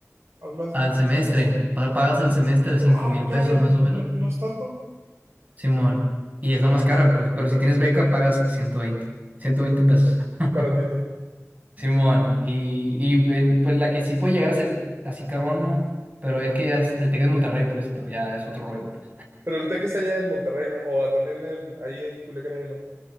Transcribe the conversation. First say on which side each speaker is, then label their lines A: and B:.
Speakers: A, on the right; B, on the right.
A: al mes
B: al
A: no.
B: semestre, pa- pagas al semestre cinco
A: Ah,
B: mil
A: caray,
B: pesos más
A: pues,
B: o menos,
A: no, no es tanto,
B: Simón, y es la más cara, pues, pero si tienes beca pagas ciento veinte ciento veinte pesos. <laughs>
A: baratito.
B: Simón, y, y el- pues la que sí puede llegar a ser así carona, pero es que ya es el Tec de Monterrey, pues, pero ya es otro rollo. pues.
A: Pero el Tec es allá en Monterrey, ¿no? O también en- ahí en Culiacán hay uno.